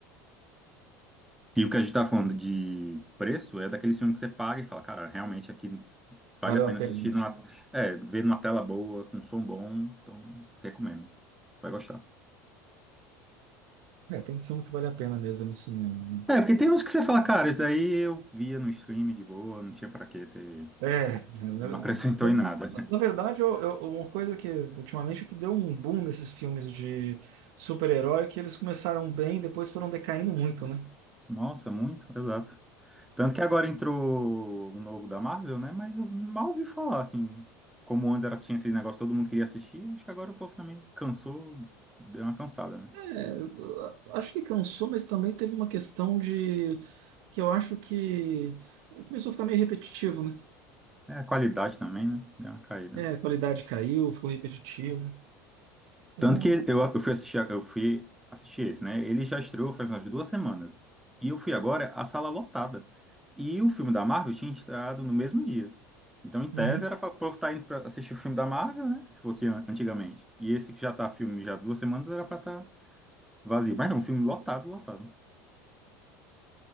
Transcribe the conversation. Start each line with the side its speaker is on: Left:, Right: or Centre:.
Centre: E o que a gente tá falando de preço é daquele filme que você paga e fala, cara, realmente aqui vale
Right: Valeu
Centre: a pena
Right: a
Centre: assistir
Right: pena.
Centre: numa, é, ver numa tela boa, com som bom. Então, recomendo. Tu Vai gostar.
Right: É, tem filme que vale a pena mesmo ver no cinema, né?
Centre: É, porque tem uns que você fala, cara, isso daí eu via no stream de boa, não tinha pra que ter.
Right: É, na,
Centre: Não
Right: na-
Centre: acrescentou em nada. <laughs>
Right: na verdade, eu- eu- uma coisa que ultimamente que deu um boom nesses filmes de super-herói, é que eles começaram bem, depois foram decaindo muito, né?
Centre: Nossa, muito, exato. Tanto que agora entrou um novo da Marvel, né? Mas eu mal ouvi falar, assim. Como antes era, tinha aquele negócio, todo mundo queria assistir, acho que agora o povo também cansou, deu uma cansada, né?
Right: É, acho que cansou, mas também teve uma questão de que eu acho que começou a ficar meio repetitivo, né?
Centre: É, a qualidade também, né? Deu uma caída.
Right: É, a qualidade caiu, ficou repetitivo. Então,
Centre: Tanto que eu, eu fui assistir, eu fui assistir esse, né? Ele já estreou faz umas duas semanas. E eu fui agora, a sala lotada. E o filme da Marvel tinha estreado no mesmo dia. Então, em tese,
Right: uhum.
Centre: era para o povo estar indo para assistir o filme da Marvel, né? Que fosse an- antigamente. E esse que já tá filme já há duas semanas era para estar vazio. Mas não, filme lotado, lotado.